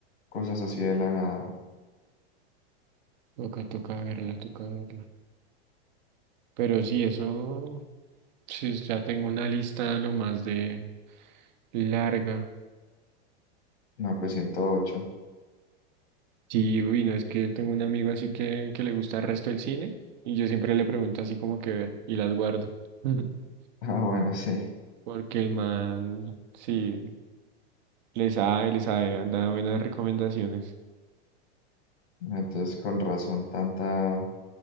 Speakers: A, on the left (about 80°); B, on the right (about 40°).
A: cosas así de la nada.
B: Toca, toca verla, toca verla. Pero sí, eso. Sí, ya tengo una lista lo más de larga.
A: No, pues ciento ocho
B: Sí, uy, no, es que tengo un amigo así que, que le gusta el resto del cine y yo siempre le pregunto así como que ver y las guardo. <laughs>
A: <laughs> Ah, bueno, sí.
B: Porque el man, sí, les sabe, les sabe, da buenas recomendaciones.
A: Entonces con razón tanta,